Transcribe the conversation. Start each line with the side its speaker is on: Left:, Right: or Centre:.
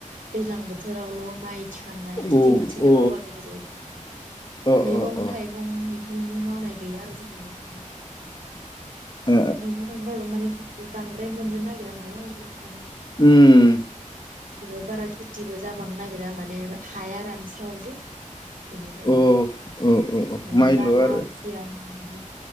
Right: दैज्लां बोथोरावल' माइ थिखोयो। थांनाय खेथि
Left: औ
Right: मोनसेल'
Left: औ
Right: मावो आरो जोंनिखिजाय
Left: अ
Right: मैगं
Left: अ अ
Right: थाइगं बि नोंनि मावनाय गैया आरो जोंनिहाय माने
Left: ओ
Right: आरो मैगं थाइं गायबा माने बांद्राय मोननो नागिरा नालाय। ओंखायनो
Left: उम
Right: <unintelligible> बारा खुथिबो जाबांनो नागिरा माने हाया रानस्राव जों बेनिखायनो
Left: औ औ औ औ
Right: माने
Left: माइल'
Right: बालासिया
Left: आरो
Right: होन